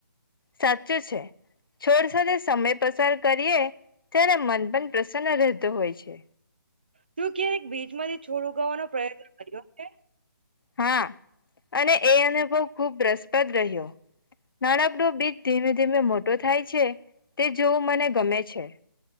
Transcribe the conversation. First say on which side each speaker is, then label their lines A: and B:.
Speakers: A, on the left (about 85°); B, on the right (about 25°).
A: સાચું છે છોડ સાથે સમય પસાર કરીએ ત્યારે. પ્રસન્ન ર. તો હોય છે.
B: તું ક્યારેક બીચમાંથી છોડ ઉગાવાનો પ્રયત્ન કર્યો કે.
A: હા અને એ અનુભવ ખૂબ રસપદ રહ્યો નાનકડો બીજ ધીમે ધીમે મોટો થાય છે તે જોવું મને ગમે છે.